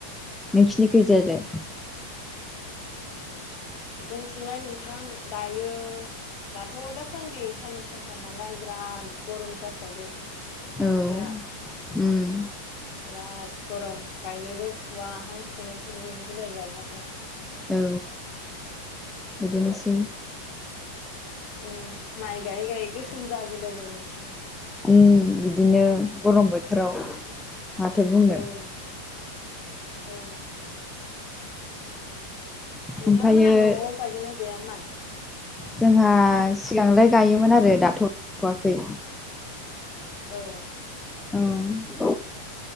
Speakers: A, in the centre; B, on the left (about 40°).
A: नोंसिनि खैजा दे
B: जोंनिथिंलाय नोंथां दायो दाथ' दासान्दि साननै सानथामालाय बिराद गरम जासावदों।
A: औ
B: बोथोरा
A: उम
B: बिराद गरम गायनोबो फुवा हां थोनो थोनो मोनो बिलाय गायबाथाय
A: औ बिदिनोसै
B: औ माइ गायै गायै गोसोम जागोलायबाय नोंथां
A: उम बिदिनो गरम बोथोराव माथो बुंनो
B: औ औ नोंथांमोना
A: ओमफ्रायो
B: न'आव गायगोन ना गाया माय
A: जोंहा सिगांलाय गायोमोन आरो दाथ' गायथ'वाखै
B: औ
A: औ